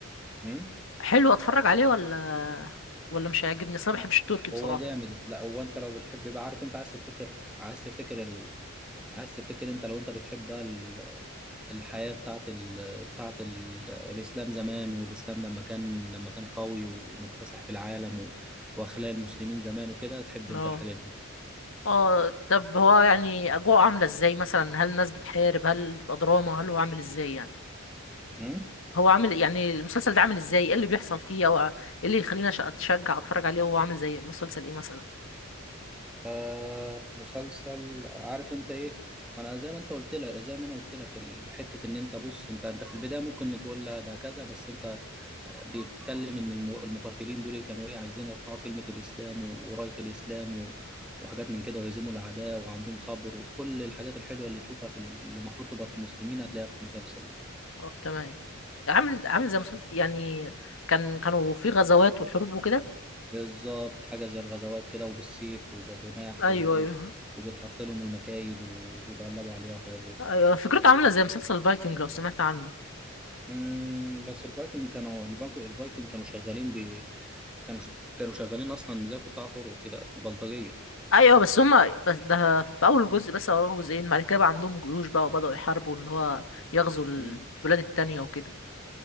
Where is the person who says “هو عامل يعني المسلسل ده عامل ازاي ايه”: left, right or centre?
Left